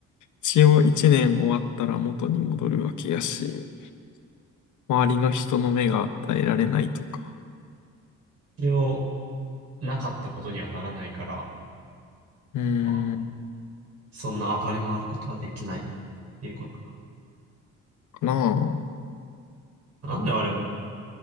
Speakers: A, on the left (about 75°); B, on the right (about 55°).
A: 一応一年終わったら元に戻るわけやし、周りの人の目が耐えられないとか。
B: 必要なかったことにはならないから、
A: うーん。
B: まそんな暴れ回ることはできないっていうことか。
A: かなあ。
B: なんであれ、